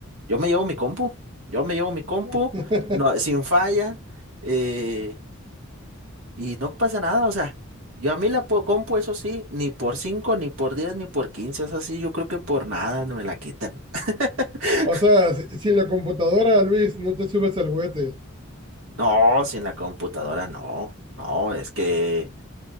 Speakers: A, on the right; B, on the right.
A: yo me llevo mi compu, yo me llevo mi compu,
B: <laughs>
A: no, sin falla. eh, y no pasa nada, o sea, yo a mí la po- compu, eso sí, ni por 5 ni por 10, ni por 15 es así, yo creo que por nada no me la quitan. <laughs>
B: O sea, si, si la computadora, Luis, no te subes al juguete.
A: No, sin la computadora no, no, es que